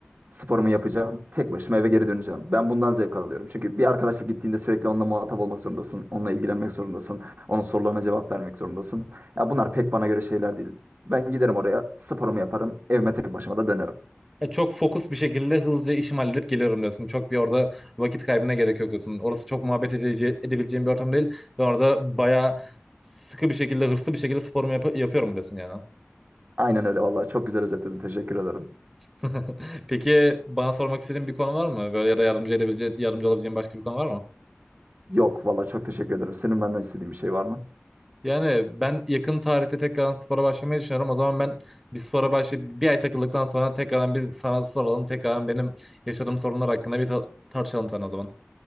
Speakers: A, on the right; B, in the centre.
A: Sporumu yapacağım. Tek başıma eve geri döneceğim. Ben bundan zevk alıyorum. Çünkü bir arkadaşla gittiğinde sürekli onunla muhatap olmak zorundasın. Onunla ilgilenmek zorundasın. Onun sorularına cevap vermek zorundasın. Ya bunlar pek bana göre şeyler değil. Ben giderim oraya, sporumu yaparım. Evime tek başıma da dönerim.
B: E, çok fokus bir şekilde hızlıca işimi halledip geliyorum diyorsun. Çok bir orada vakit kaybına gerek yok diyorsun. Orası çok muhabbet edece- edebileceğim bir ortam değil. Ben orada bayağı sıkı bir şekilde, hırslı bir şekilde sporumu yap- yapıyorum diyorsun yani.
A: Aynen öyle vallahi çok güzel özetledin. Teşekkür ederim.
B: <laughs> Peki bana sormak istediğin bir konu var mı? Böyle ya da yardımcı edebileceğin, yardımcı olabileceğin başka bir konu var mı?
A: Yok vallahi çok teşekkür ederim. Senin benden istediğin bir şey var mı?
B: Yani ben yakın tarihte tekrardan spora başlamayı düşünüyorum. O zaman ben bir spora başlayıp bir ay takıldıktan sonra tekrardan bir sana soralım. Tekrardan benim yaşadığım sorunlar hakkında bir ta- tartışalım sana o zaman.